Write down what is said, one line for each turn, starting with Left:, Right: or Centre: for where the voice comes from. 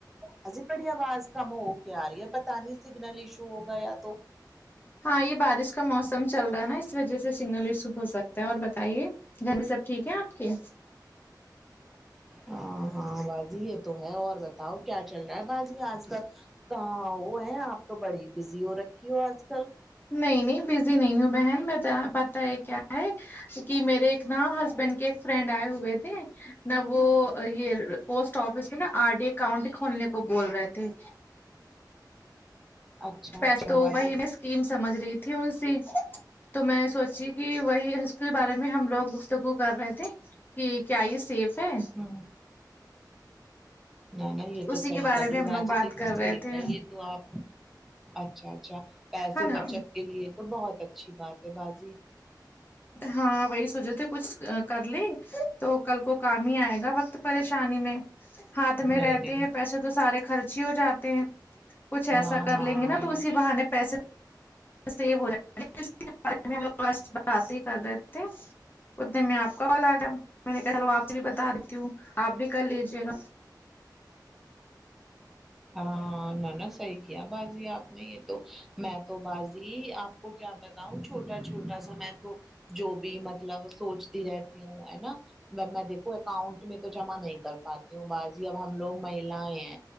Centre: باجی بڑی آواز کم ہو کے آ رہی ہے پتا نہیں سگنل ایشو ہوگا یا تو
Left: ہاں یہ بارش کا موسم چل رہا ہے نا اس وجہ سے سنگل ایشو ہو سکتا ہے اور بتائیے گھر بھی سب ٹھیک ہے آپ کے
Centre: ہاں ہاں باجی یہ تو ہے اور بتاؤ کیا چل رہا ہے باجی آج کل کہاں وہ ہیں آپ تو بڑی بزی ہو رکھی ہو آج کل
Left: نہیں نہیں بزی نہیں ہوں بہن میں تو ا بتا ہے کیا ہے کہ میرے ایک نا ہسبینڈ کے ایک فرینڈ آئے ہوئے تھے نہ وہ یہ پوسٹ آفس میں نا آر ڈی اکاؤنٹ کھولنے کو بول رہے تھے
Centre: اچھا
Left: پیسے
Centre: اچھا
Left: تو
Centre: باجی
Left: وہی میں اسکیم سمجھ رہی تھی ان سی تو میں سوچی کہ وہی اس کے بارے میں ہم لوگ گفتگو کر رہے تھے کہ کیا یہ سیف ہے
Centre: ہ نہ نہ یہ تو
Left: اسی
Centre: صحیح
Left: کے بارے
Centre: کر رہی
Left: میں
Centre: ہو
Left: ہم
Centre: باجی
Left: لوگ بات
Centre: دیکھو
Left: کر
Centre: سیف
Left: رہے تھے
Centre: ہے یہ تو آپ اچھا اچھا پیسے
Left: ہے نا
Centre: بچت کے لیے تو بہت اچھی بات ہے بازی
Left: ہاں وہی سونچے تھے کچھ کر لیں تو کل کو کام ہی آئے گا وقت پریشانی میں ہاتھ
Centre: نہیں
Left: میں رہتے
Centre: نہیں
Left: ہیں پیسے تو سارے خرچ ہی ہو جاتے ہیں کچھ
Centre: ہاں
Left: ایسا کر
Centre: ہاں
Left: لیں گے نا تو اسی بہانے پیسے بارے میں لوگ ب بات ہی کر رہے تھے ک دن میں آپ کال ایا میں نے کہا چلو آپ سے بھی بتا دیتی ہوں آپ بھی کر لیجیے گا
Centre: ہاں میں نہ صحیح کیا بازی آپ نے یہ تو میں تو بازی آپ کو کیا بتاؤں چھوٹا چھوٹا سا میں تو جو بھی مطلب سونچتی رہتی ہوں ہے نا میں میں دیکھو اکاؤنٹ میں تو جمع نہیں کر پاتی ہوں باجی اب ہم لوگ مہیلیں ہیں